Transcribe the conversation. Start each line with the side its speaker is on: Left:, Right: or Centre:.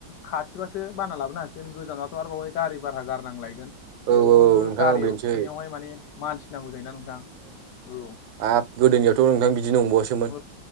Left: खाथिबासो बाना लाबोनो हासिगोन गोजानाथ' आरो बावहाय गारि भारा गारनां लायगोन।
Right: औ
Left: बेयावबो
Right: औ नोंथां
Left: गारियाव
Right: बेनोसै
Left: थिखोनायावहाय माने मानसि नांगौ जायोना नोंथां औ।
Right: हाब गोदोनियावथ' नोंथां बिदि नंबावसो
Left: औ